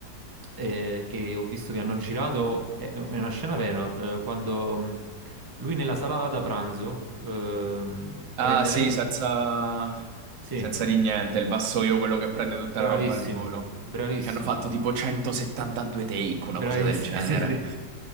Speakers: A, on the right; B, on the right.
A: eh, che ho visto che hanno girato, è, è una scena vera, eh, quando mm, lui nella sala da pranzo ehm,
B: Ah,
A: prende
B: sì,
A: lei...
B: senza...
A: Sì,
B: senza di niente, il vassoio, quello che prende tutta
A: bravissimo,
B: la roba al volo.
A: bravissimo.
B: Che hanno fatto tipo 172 take,
A: Bravissimi,
B: una cosa del genere.
A: <laughs> sì, sì.